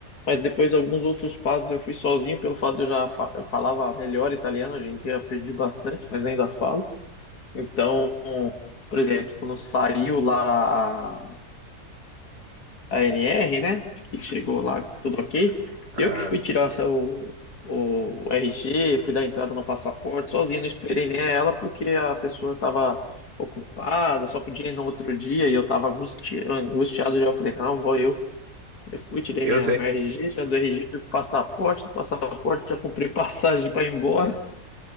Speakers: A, on the left; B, on the right.
A: Mas depois alguns outros passos eu fui sozinho, pelo fato de eu já fa- eu falava melhor italiano, hoje em dia perdi bastante, mas ainda falo. Então, por exemplo, quando saiu lá a NR, né? Que chegou lá tudo ok.
B: Ah,
A: Eu que fui tirar essa- o, o RG, fui dar entrada no passaporte sozinho, não esperei nem ela porque a pessoa estava ocupada, só podia ir no outro dia e eu estava angustiado já. Eu falei, não, vou eu. Eu fui, tirei
B: eu
A: minha,
B: sei.
A: minha RG, já do RG, fui pro passaporte, do passaporte já comprei passagem para ir embora.